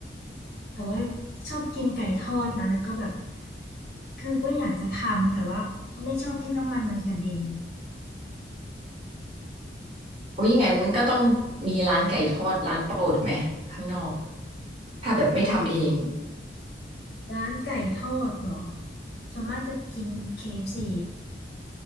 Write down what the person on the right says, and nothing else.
โอ้ยงั้นก็ต้องมีร้านไก่ทอดร้านโปรดไหมข้างนอกถ้าแบบไม่ทำเอง